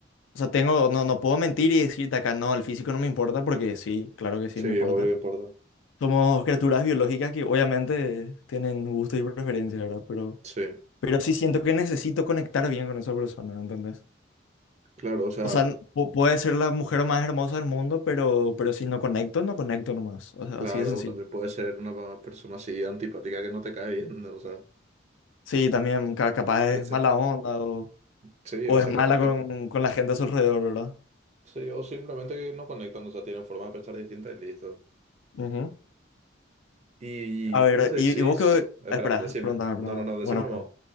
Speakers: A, on the left; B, on the right.
A: O sea, tengo, no, no puedo mentir y decirte acá, no, el físico no me importa, porque sí, claro que sí
B: Sí,
A: me importa.
B: obvio que importa.
A: Somos criaturas biológicas que obviamente tienen gustos y preferencias, ¿verdad? Pero,
B: Sí,
A: pero sí siento que necesito conectar bien con esa persona, ¿entendés?
B: claro, o sea.
A: O sea, pu- puede ser la mujer más hermosa del mundo, pero, pero si no conecto, no conecto nomás. O sea,
B: Claro,
A: así de sencillo.
B: también puede ser una persona así antipática que no te cae bien, ¿no? o sea,
A: Sí, también ca- capaz
B: que
A: es
B: se-
A: mala onda o,
B: sí,
A: o
B: o
A: es
B: sea,
A: mala
B: capaz
A: con,
B: te-
A: con la gente a su alrededor, ¿verdad?
B: Sí, o simplemente que no conectan, o sea, tienen forma de pensar distinta y listo.
A: Ujú.
B: Y
A: A
B: vos
A: ver,
B: decís,
A: y, y vos qué...
B: espera,
A: Espera,
B: decime,
A: pregúntame, pregúntame.
B: no, no, no, decime
A: Bueno,
B: nomás,
A: bueno.